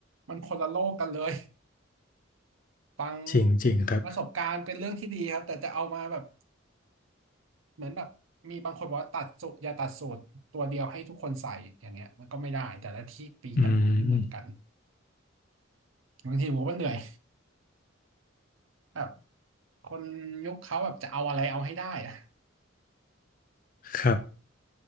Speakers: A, on the right; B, on the left.
A: มันคนละโลกกันเลยฟัง
B: จริงๆครับ
A: ประสบการณ์เป็นเรื่องที่ดีครับแต่จะเอามาแบบเหมือนแบบมีบางคนบอกว่าตัดสูตรอย่าตัดสูตรตัวเดียวให้ทุกคนใส่อย่างเงี้ยมันก็ไม่ได้แต่ละที่ปีปัญหาไม่เหมือนกัน
B: อืม
A: บางทีผมก็เหนื่อยแบบคนยุคเขาแบบจะเอาอะไรเอาให้ได้อะ
B: ครับ